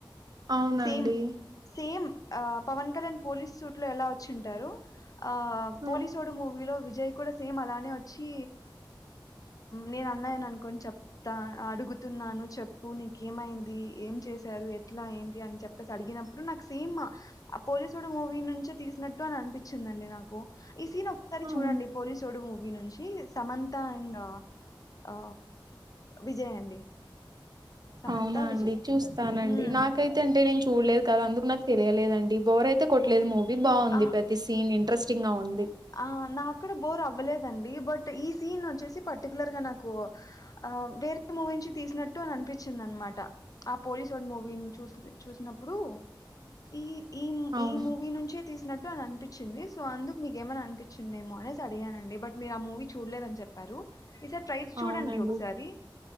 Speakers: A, on the right; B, on the left.
A: అవునండి
B: సేమ్ same Pawan Kalyan police suit లో ఎలా వచ్చ చ్చుంటారు ఆ
A: ఆ
B: పోలీసుడు మూవీలో విజయ్ కూడా సేమ్ అలానే వచ్చి నేను అన్నాయని అనుకోని చెప్తా అడుగుతున్నాను చెప్పు నీక ఏమైంది ఏం చేశారు ఎట్లా ఏంటి అని చెప్పేసి అడిగినప్పుడు నాకు సేమ్ ఆ పోలీసుడు మూవీ నుంచే తీసినట్టు అని అనిపించిందండి నాకు ఈ సీన్ ఒక్కసారి
A: అవును
B: చూడండి పోలీసోడు మూవీ వి నుంచి సమంత అండ్ ఆ విజయ్ అండి సమంత
A: అవునా అండి
B: విజయ్
A: చూస్తానండి
B: ఉమ్,
A: నాకైతే అంటే నేను చూడలేదు కదా అందుకు నాకు తెలియలేదండి బోర్ అయితే కొట్లేదు మూవీ బాగుంది
B: ఆ
A: ప్రతి సీన్ ఇంట్రెస్టింగ్ గా ఉంది
B: ఆ నాకూడా బోరు అవ్వలేదండి ఈ బట్ ఈ సీన్ వచ్చేసి పర్టిక్యులర్ గా నాకు ఆ వేరే మూవీ నుంచి తీసినట్టు అని అనిపించింది అన్నమాట ఆ పోలీసోడు మూవీ ని చూసినప్పుడు ఈ ఈ
A: అవును
B: ఈ మూవీ నుంచి తీసినట్టు అని అనిపించింది సో అందుకు మీకే మయిన అనిపించిందేమో అనేసి అడిగానండి బట్ మీరు ఆ మూవీ చూడలేదు అని చెప్పారు ఈసారి ట్రై చూడండి
A: అవునండి
B: ఒకసారి